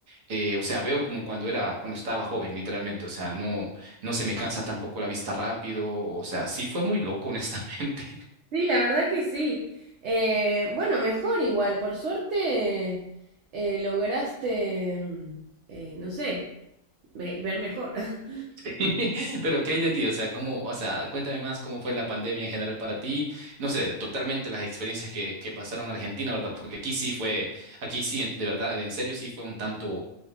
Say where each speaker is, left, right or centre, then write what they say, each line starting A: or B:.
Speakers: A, on the right; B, on the right.
A: eh, o sea, veo como cuando era, cuando estaba joven, literalmente, o sea, no, no se me cansa tampoco la vista rápido, o sea, sí fue muy loco, honestamente.
B: Sí, la verdad que sí. Eh, bueno, mejor igual. Por suerte eh, lograste, mm, eh, no sé, ve- ver mejor. <laughs>
A: <laughs> Pero, ¿qué hay de ti? O sea, cómo, o sea, cuéntame más cómo fue la pandemia en general para ti, no sé, totalmente las experiencias que, que pasaron en Argentina, ¿verdad? Porque aquí sí fue, aquí sí, en- de verdad, en serio, sí fue un tanto